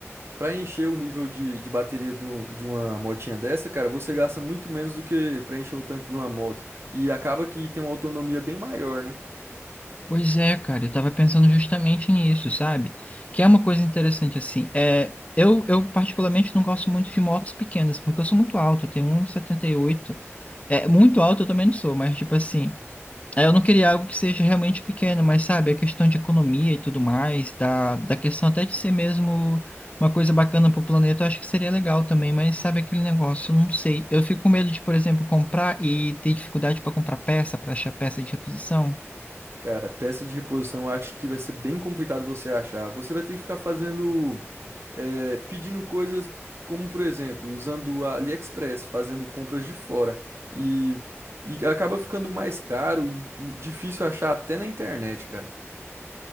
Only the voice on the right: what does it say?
para encher o nível de, de bateria de, um- de uma motinha dessa, cara, você gasta muito menos do que para encher o tanque de uma moto. E acaba que tem uma autonomia bem maior, né?
Cara, peça de reposição eu acho que vai ser bem complicado você achar. Você vai ter que ficar fazendo, eh, pedindo coisas como, por exemplo, usando a AliExpress, fazendo compras de fora. E, e acaba ficando mais caro e difícil achar até na internet, cara.